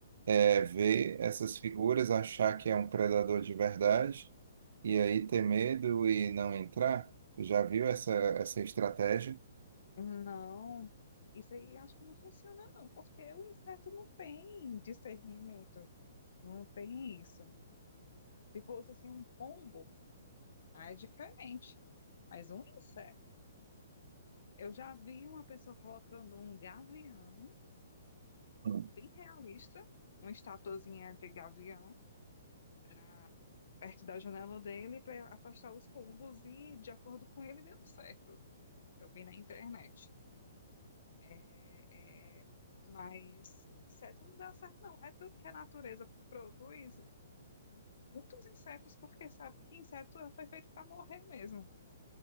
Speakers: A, on the right; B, on the left.
A: é, ver essas figuras, achar que é um predador de verdade e aí ter medo e não entrar? Já viu essa, essa estratégia?
B: Não, isso aí acho que não funciona, não, porque o inseto não tem discernimento, não tem isso. Se fosse assim um pombo. Ah, é diferente. Mas um inseto. Eu já vi uma pessoa colocando um gavião,
A: Hum.
B: bem realista, uma estatuazinha de gavião, na- perto da janela dele para afastar os pombos e, de acordo com ele, deu certo. Eu vi na internet. É, é, mas inseto não dá certo, não. É tanto que a natureza produz muitos insetos porque sabe que inseto foi feito para morrer mesmo.